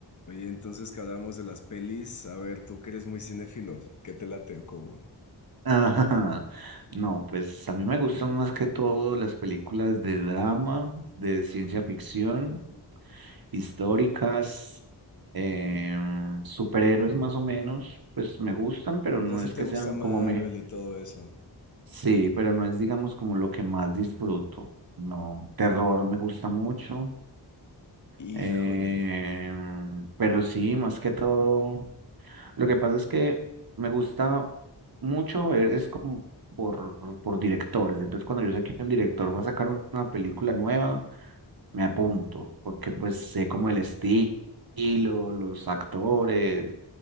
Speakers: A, on the left; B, on the right.
A: Oye, entonces que hablábamos de las pelis, a ver, tú que eres muy cinéfilo, ¿qué te late o cómo?
B: Ajá. No, pues a mí me gustan más que todo las películas de drama, de ciencia ficción, históricas, em, superhéroes más o menos, pues me gustan, pero
A: O
B: no
A: sea, si
B: es
A: te
B: que
A: gusta
B: sean
A: Marvel
B: como me...
A: y todo eso.
B: Sí, pero no es digamos como lo que más disfruto. No, terror me gusta mucho,
A: Híjole.
B: em, pero sí, más que todo Lo que pasa es que me gusta mucho ver, es como por, por directores. Entonces, cuando yo sé que un director va a sacar una película nueva, me apunto, porque pues sé como el esti- estilo, los actores